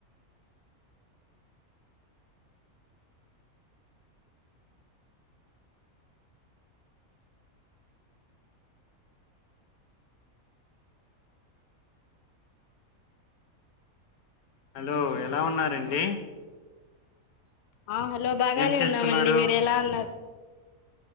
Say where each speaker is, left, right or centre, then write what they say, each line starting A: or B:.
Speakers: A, on the left (about 85°); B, on the left (about 60°).
A: హలో ఎలా ఉన్నారండి
B: ఆ హలో బాగానే
A: ఏం చేస్తున్నారు
B: ఉన్నామండి మీరు ఎలా ఉన్నారు